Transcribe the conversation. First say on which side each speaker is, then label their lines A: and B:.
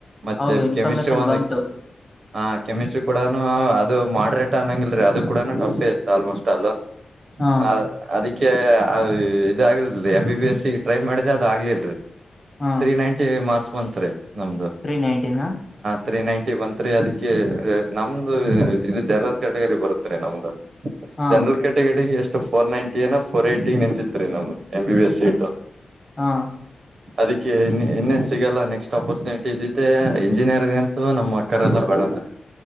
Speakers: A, on the right; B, on the left.
A: ಮತ್ತೆ
B: ಹೌದು ಇನ್ಫಾರ್ಮೇಶನ್
A: ಕೆಮಿಸ್ಟ್ರಿ ವಕ್ಕೆ.
B: ಬಂತು
A: ಹ ಕೆಮಿಸ್ಟ್ರಿ ಕೂಡನು ಅದು ಮಾಡ್ರೇಟ್ ಅನ್ನಂಗಲ್ರರಿ ಅದು ಕೂಡ ಟಫೇ ಇತ್ತು ಆಲ್ಮೋಸ್ಟ್ ಅಲ್.
B: ಹಾ
A: ಹ ಅದಕ್ಕೆ. ಕ್ಕೆ ಇದ ಆಗ್ಲ್ರಿ M B S C try ಮಾಡಿದೆ ಅದು ಆಗ್ಲಿಲ್ರರಿ.
B: ಹಾ
A: ತ್ರೀ ನೈಂಟಿ ಮಾರ್ಸ್ ಬತ್ರಿ ನಮ್ದು.
B: ತ್ರೀ ನೈನ್ಟೀನ್ ಹಾ
A: ತ್ರೀ ನೈಂಟಿ ಬನ್ತ್ರೀ ಅದಕ್ಕೆ ನಮ್ದು ಇದು ಜನರಲ್ ಕ್ಯಾಟಗರಿ ಬರುತ್ತ ರೀ ನಮ್ದು.
B: ಹಾ
A: ಜನರಲ್ ಕ್ಯಾಟಗರಿ ಎಷ್ಟು ಫೋರ್ ನೈನ್ಟಿ ಏನಾ ಫೋರ್ ಎಟಿ ಗೆ ನಿಂತಿತ್ ರೀ ನಮ್ದ. ಎಂ ಬಿ ಎಸ್ ಸಿಟು
B: ಹಾ ಹಾ
A: ಅದಕ್ಕೆ ಇ ಇನ್ನೇನ್ ಸಿಗಲ್ಲ ನೆಕ್ಸ್ಟ್ ಅಪರ್ಚುನಿಟಿ ಇದಿದ್ದೆ ಇಂಜಿನಿಯರಿಂಗ್ ಅಂತೂ ನಮ್ಮ ಅಕ್ಕರೆಲ್ಲಾ ಬಡಣ